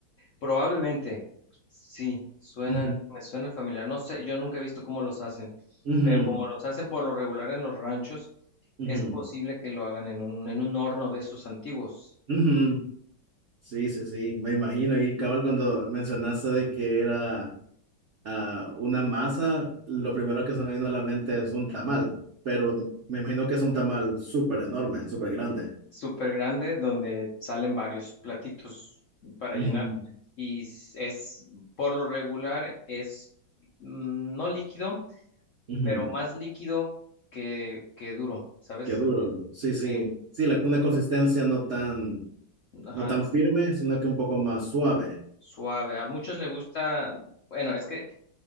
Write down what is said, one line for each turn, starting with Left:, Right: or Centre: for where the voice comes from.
Left: probablemente sí, suena,
Right: Ujú,
Left: me suena familiar. No sé, yo nunca he visto cómo los hacen.
Right: ujú,
Left: pero como los hacen por lo regular en los ranchos,
Right: ujú,
Left: es posible que lo hagan en un, en un horno de esos antiguos,
Right: ujú. Sí, sí, sí, me imagino. Y cabal, cuando mencionaste de que era ah, una masa, lo primero que se me vino a la mente es un tamal, pero me imagino que es un tamal súper enorme, súper grande.
Left: súper grande, donde salen varios platitos para
Right: Ujú,
Left: llenar. Y s- es, por lo regular, es mm, no líquido,
Right: ujú.
Left: pero más líquido que, que duro, ¿sabes?
Right: Qué duro.
Left: Eh,
Right: Sí, sí.
Left: Sí,
Right: Sí, la, una consistencia no tan,
Left: ajá,
Right: no tan firme, sino que un poco más suave.
Left: suave. A muchos les gusta, bueno, es que